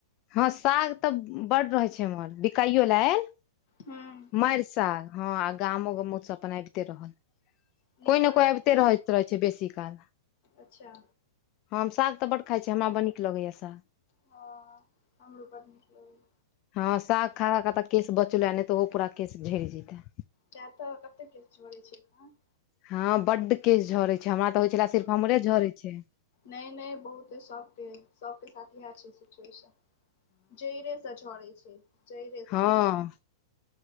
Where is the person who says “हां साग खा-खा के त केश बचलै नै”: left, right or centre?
Left